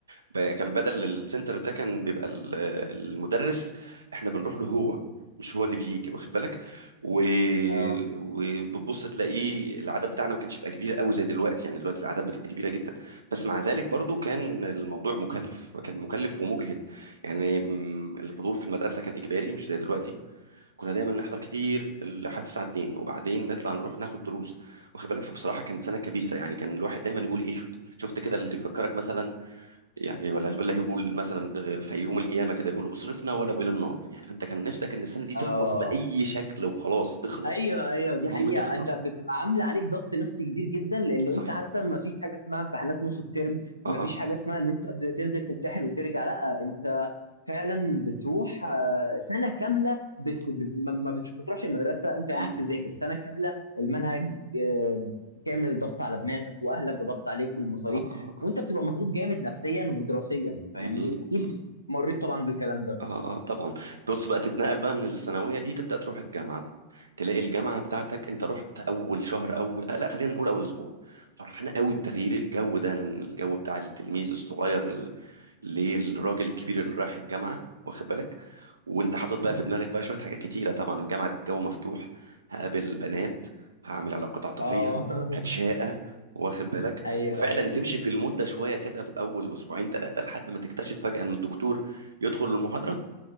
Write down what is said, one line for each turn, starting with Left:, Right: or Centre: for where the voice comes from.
Right: ب- كان بدل السنتر ده كان بيبقى ال- المدرس احنا بنروح له هو مش هو اللي بيجي واخد بالك و...
Left: اه
Right: وبتبص تلاقيه العدد بتاعنا ما كانش بيبقى كبير قوي زي دلوقتي يعني دلوقتي العدد بتبقى كبيره جدا بس مع ذلك برضو كان الموضوع مكلف كان مكلف ومجهد يعني م، الحضور في المدرسه كان اجباري مش زي دلوقتي كنا دايما نحضر كتير لحد الساعه 2 وبعدين نطلع نروح ناخد دروس واخد بالك فبصراحه كانت سنه كبيسه يعني كان الواحد دايما يقول ايه شفت شفت كده اللي يفكرك مثلا يعني والعياذ بالله يقول مثلا آه، في يوم القيامه كده يقولوا اصرفنا ولو الى النار يعني فانت كان نفسك ان السنه دي
Left: اه
Right: تخلص باي شكل وخلاص تخلص
Left: ايوه ايوه دي
Right: المهم
Left: حقيقه
Right: تخلص
Left: انت بتبقى عامله عليك ضغط نفسي كبير جدا لان انت
Right: صحيح
Left: حتى ما فيش حاجه اسمها امتحانات نص الترم ما
Right: اه اه
Left: فيش حاجه اسمها ان انت بتنزل تمتحن وترجع لا انت فعلا بتروح آه، سنه كامله بت...
Right: م-
Left: ب- ما ما بت- بتروحش المدرسه انت
Right: م-
Left: قاعد تذاكر سنه كامله المنهج آه، كامل ضغط على دماغك واهلك ضغط عليك بالمصاريف
Right: اه اه اه
Left: وانت بتبقى مضغوط جامد نفسيا ودراسيا فاهمني
Right: م- م-
Left: اكيد
Right: م-
Left: مريت طبعا بالكلام ده
Right: اه اه طبعا بص بقى تتنقل بقى من الثانويه دي تبدا تروح الجامعه تلاقي الجامعه بتاعتك انت رحت اول شهر اول آه، لا خلينا نقول اول اسبوع فرحان قوي بتغيير الجو ده الجو بتاع التلميذ الصغير للراجل الكبير اللي رايح الجامعه واخد بالك وانت حاطط بقى في دماغك بقى شويه حاجات كتيره طبعا الجامعه الجو مفتوح هقابل بنات هعمل علاقات عاطفيه
Left: اه <laughs>
Right: هتشاقى واخد بالك
Left: ايوه
Right: وفعلا
Left: ايوه
Right: تمشي في المده شويه كده في اول اسبوعين ثلاثه لحد ما تكتشف فجاه ان الدكتور يدخل المحاضره